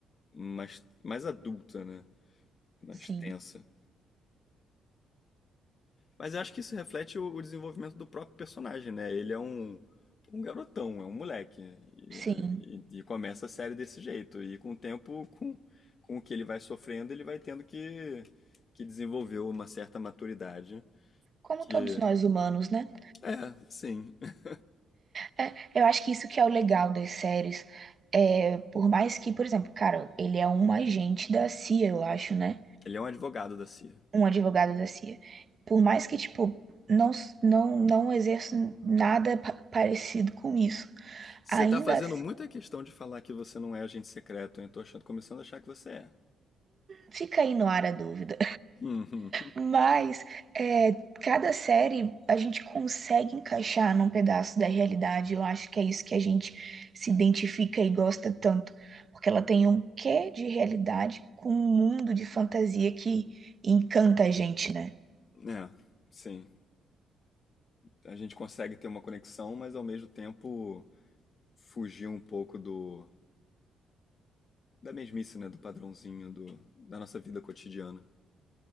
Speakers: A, on the left; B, on the right.
A: mais, mais adulta, né? Mais
B: Sim,
A: tensa. Mas eu acho que isso reflete o, o desenvolvimento do próprio personagem, né? Ele é um, um garotão, é um moleque. E,
B: sim.
A: é, e- e começa a série desse jeito. E com o tempo, com, com o que ele vai sofrendo, ele vai tendo que, que desenvolver uma certa maturidade.
B: Como
A: Que,
B: todos nós humanos, né?
A: é, sim. <laughs>
B: É, eu acho que isso que é o legal das séries. É, por mais que, por exemplo, cara, ele é um agente da CIA, eu acho, né?
A: Ele é um advogado da CIA.
B: Um advogado da CIA. Por mais que, tipo, não, s- não, não exerça nada pa- parecido com isso,
A: Você
B: ainda
A: tá fazendo
B: assim,
A: muita questão de falar que você não é agente secreto, hein? Tô achando, começando a achar que você é.
B: fica aí no ar a dúvida.
A: Uhum.
B: Mas é, cada série a gente consegue encaixar num pedaço da realidade. Eu acho que é isso que a gente se identifica e gosta tanto. Porque ela tem um quê de realidade com um mundo de fantasia que encanta a gente, né?
A: <laughs> É, sim. A gente consegue ter uma conexão, mas ao mesmo tempo fugir um pouco do da mesmice, né? Do padrãozinho do, da nossa vida cotidiana.